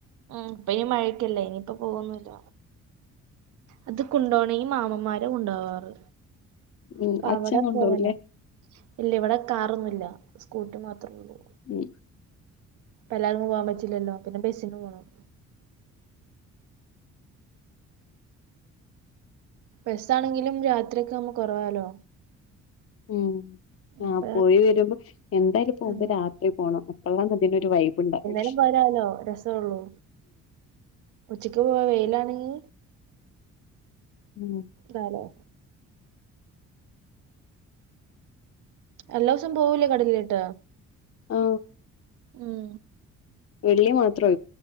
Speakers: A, on the right; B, on the left.
A: മ്ഹ് ഇപ്പൊ ഇനി മഴക്കല്ലേ ഇനിയിപ്പ പോകുന്നുല്ല. അത് കൊണ്ടപോണെങ്കി മാമന്മാര കൊണ്ടോവാാറ്
B: ഉം
A: അപ്പ
B: അച്ഛൻ
A: അവിടെ
B: കൊണ്ടോവൂലേ
A: പോയാല ഇല്ല ഇവിടെ കാറൊന്നു ഇല്ല സ്കൂട്ടി മാത്രമേ ഉള്ളൂ.
B: മ്ഹ്
A: എല്ലാവർക്കും പോകാൻ പറ്റില്ലല്ലോ പിന്നെ ബെസിന് പോകണം ബസ്സ ആണെങ്കിലും രാത്രിയ ഒക്കെ നമ്മക്ക് കുറവാാലോ
B: ഉം ആഹ
A: അപ്പ
B: പോയി വരുമ്പോ എന്തായാലും പോകുമ്പോ
A: ആഹ്
B: രാത്രി പോകണം എപ്പോള്ളന്ന് അതിനൊരു വൈബ് ഉണ്ടാവ
A: ന പോരാലോ രസമള്ളൂ ഉച്ചക്ക് പോവാ വെയിലാണെങ്കി
B: ഉം
A: നാലോ എല്ലാ ദിവസം പോവൂലേ കടകിലിട്ട്
B: ഓ
A: ഉം
B: വെള്ളി മാത്രൂ